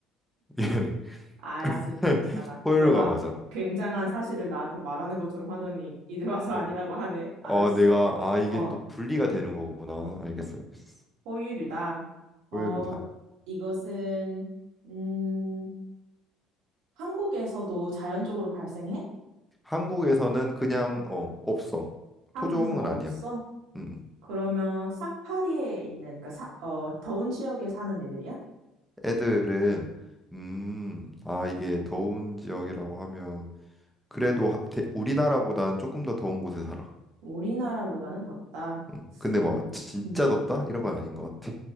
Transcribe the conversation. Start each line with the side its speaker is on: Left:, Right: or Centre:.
Centre: <laughs> 미안해.
Right: 알았어,
Centre: <laughs>
Right: 괜찮아.
Centre: 포유류가
Right: 너가
Centre: 맞아.
Right: 굉장한 사실을 나한테 말하는 것처럼 하더니 이제 와서
Centre: 어,
Right: 아니라고 하네.
Centre: 어,
Right: 알았어.
Centre: 내가, 아, 이게
Right: 어,
Centre: 또 분리가 되는 거구나. 알겠어, 알겠어.
Right: 포유류다. 어,
Centre: 포유류다.
Right: 이것은 음, 한국에서도 자연적으로 발생해?
Centre: 한국에서는 그냥, 어, 없어.
Right: 한국에서는
Centre: 토종은
Right: 없어?
Centre: 아니야. 음, 음.
Right: 그러면 사파리에 있는 그러니까 사, 어, 더운 지역에 사는 애들이야?
Centre: 애들은 음, 아 이게 더운 지역이라고 하면 그래도 하- 대- 우리나라보다는 조금 더 더운 곳에 살아.
Right: 우리나라보다는 덥다.
Centre: 음, 근데 막
Right: 음,
Centre: 진짜
Right: 음,
Centre: 덥다 이런 건 아닌 것 같아.